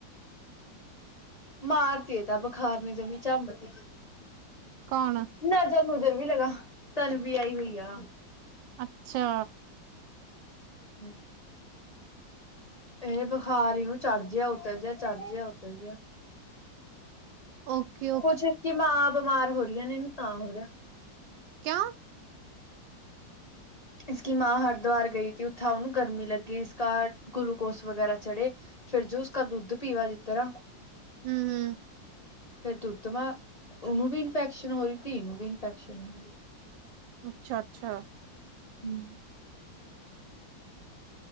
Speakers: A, on the left; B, on the right.
A: ਮਾਰਤੀ ਏ ਤੇ ਬੁਖਾਰ ਨੇ ਜਮੀ ਚੰਬਦੀ।
B: ਕਣ
A: ਨਜ਼ਰ ਨੁਜਰ ਵੀ ਲਗਾ ਤਨ ਵੀ ਆਈ ਹੋਈ ਆ
B: ਅੱਛਾ
A: ਹਮ ਇਹ ਬੁਖਾਰ ਹੀਨ ਚੜ੍ਹ ਜਿਹਾ ਉਤ ਜਿਹਾ ਚੜ੍ਹ ਜਹਾ ਉਤਰ ਜਿਹਾ
B: ਓਕੇਓ
A: ਕੁੱਛ ਕਿ ਮਾਂ ਬਿਮਾਰ ਹੋ ਰਹੀਆਂ ਨੇ ਇਹਨੂੰ ਤਾਂ ਹੋ ਰਿਹਾ
B: ਕਿਆ
A: ਇਸਕ ਮਾਂ ਹਰਿਦੁਆਰ ਗਈ ਸੀ ਉੱਥੇ ਉਹਨੂੰ ਗਰਮੀ ਲੱਗੀ ਇਸ ਘ ਗੁਰੂਕੋਸ ਵਗੈਰਾ ਚੜ੍ਹੇ ਫਿਰ ਜੋ ਉਸਦਾ ਦੁੱਧ ਪੀਵਾ ਜਿਸ ਤਰਾ
B: ਹੂੰ-ਹੂੰ,
A: ਫੇਰ ਦੁੱਧਵਾਂ ਉਹਨੂੰ ਵੀ ਇਨਫੈਕਸ਼ਨ ਹੋ ਰਹੀ ਤੀ ਨੂੰ ਵੀ ਇਨਫੈਕਸ਼ਨ ਹੋ ਰਹੀ।
B: ਅੱਛਾ ਅੱਛਾ
A: ਹਮ